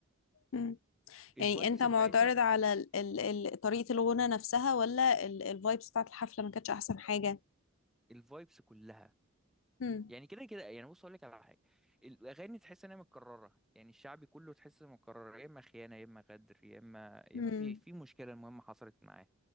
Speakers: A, on the left; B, in the centre.
A: امم
B: الفايبس
A: يعني انت معترض
B: بتاعتها
A: على ال ال ال طريقة الغنى نفسها ولا الفايبس بتاعت الحفلة ما كانتش احسن حاجة
B: الفايبس كلها
A: امم
B: يعني كده كده يعني بص اقول لك على حاجه الاغاني تحس انها متكرره يعني الشعبي كله تحس انها متكرره يا اما خيانه يا اما غدر يا اما يا
A: امم
B: اما في في مشكله المهمه حصلت معاه